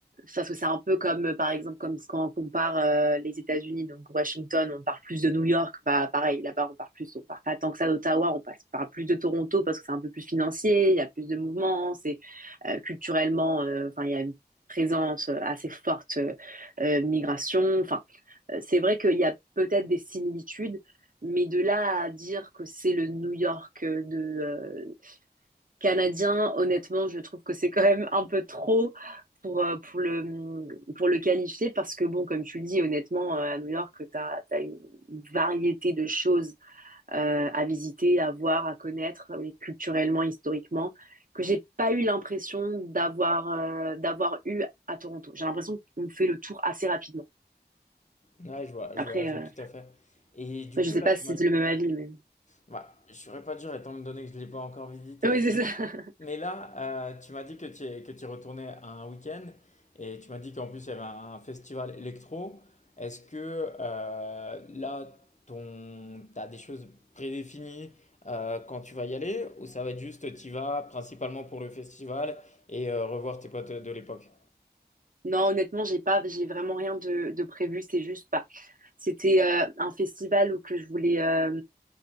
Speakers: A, on the right; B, on the left.
A: parce que c'est un peu comme, euh, par exemple, comme quand on compare euh, les États-Unis, donc Washington, on parle plus de New York, bah pareil, là-bas on parle plus, on parle pas tant que ça d'Ottawa, on passe, parle plus de Toronto parce que c'est un peu plus financier, il y a plus de mouvements, c'est euh, culturellement, euh, enfin il y a une présence euh, assez forte euh, euh, migration, enfin euh, c'est vrai qu'il y a peut-être des similitudes, mais de là à dire que c'est le New York de euh, canadien, honnêtement, je trouve que c'est quand même un peu trop pour, euh, pour le, pour le qualifier parce que, bon, comme tu le dis, honnêtement, euh, à New York, tu as, une variété de choses euh, à visiter, à voir, à connaître, mais culturellement, historiquement, que j'ai pas eu l'impression d'avoir euh, d'avoir eu à Toronto. J'ai l'impression qu'on fait le tour assez rapidement.
B: Ouais, je vois,
A: Après,
B: je vois, je
A: euh,
B: vois tout à fait. Et du
A: après,
B: coup,
A: je sais
B: là,
A: pas
B: tu
A: si
B: m'as
A: c'est le même avis, mais...
B: Bah, je saurais pas dire étant donné que je ne l'ai pas encore visité,
A: Oui, c'est
B: mais,
A: ça. <laughs>
B: mais là, euh, tu m'as dit que tu es, que tu retournais à un week-end et tu m'as dit qu'en plus il y avait un festival électro. Est-ce que euh, là, ton, t'as des choses prédéfinies euh, quand tu vas y aller ou ça va être juste tu y vas principalement pour le festival et euh, revoir tes potes de l'époque?
A: Non, honnêtement, j'ai pas, j'ai vraiment rien de, de prévu. C'est juste, bah, C'était euh, un festival où que je voulais euh,